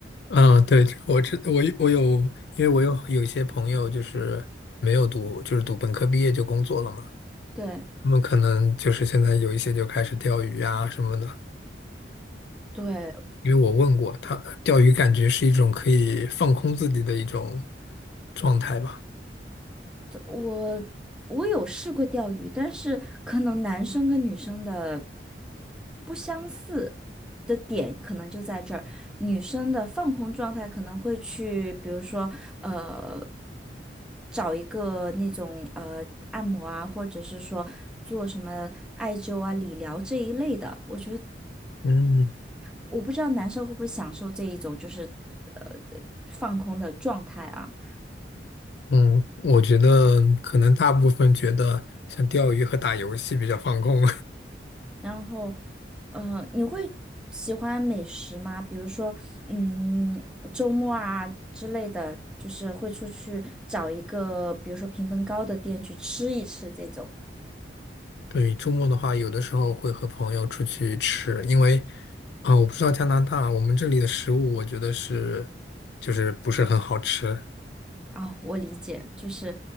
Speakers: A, on the left; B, in the centre.
A: 嗯，对，这个我知我有我有，因为我有有一些朋友就是没有读，就是读本科毕业就工作了嘛，
B: <laughs> 对。
A: 他们可能就是现在有一些就开始钓鱼啊什么的。
B: 对，
A: 因为我问过他，钓鱼感觉是一种可以放空自己的一种状态吧。
B: 我我有试过钓鱼，但是可能男生跟女生的不相似的点可能就在这儿，女生的放空状态可能会去，比如说呃，找一个那种呃按摩啊，或者是说做什么艾灸啊、理疗这一类的。我觉得
A: 嗯
B: 我不知道男生会不会享受这一种就是呃放空的状态啊。
A: 嗯，我觉得可能大部分觉得像钓鱼和打游戏比较放空。
B: 然后，呃，你会喜欢美食吗？比如说，嗯，周末啊之类的，就是会出去找一个，比如说评分高的店去吃一吃这种。
A: 对，周末的话，有的时候会和朋友出去吃，因为，啊、我不知道加拿大，我们这里的食物，我觉得是，就是不是很好吃。
B: 啊，我理解，就是